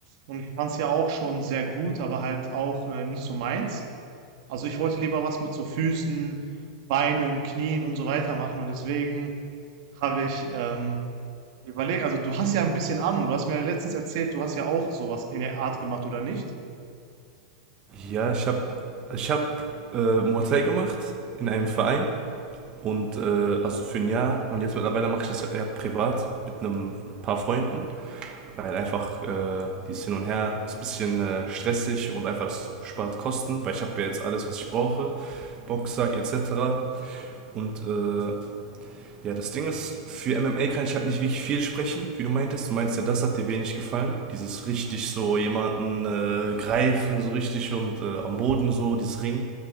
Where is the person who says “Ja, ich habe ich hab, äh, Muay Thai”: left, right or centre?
Right